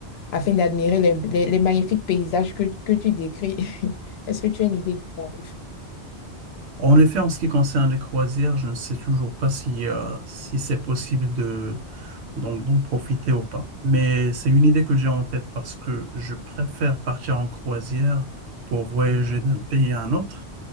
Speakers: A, on the left (about 70°); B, on the right (about 75°).
A: afin d'admirer les, les- les magnifiques paysages que, que tu décris. <laughs> Est-ce que tu as une idée du tarif?
B: En effet, en ce qui concerne les croisières, je ne sais toujours pas si, euh, si c'est possible de, d'en d'en profiter ou pas. Mais c'est une idée que j'ai en tête parce que je préfère partir en croisière pour voyager d'un pays à un autre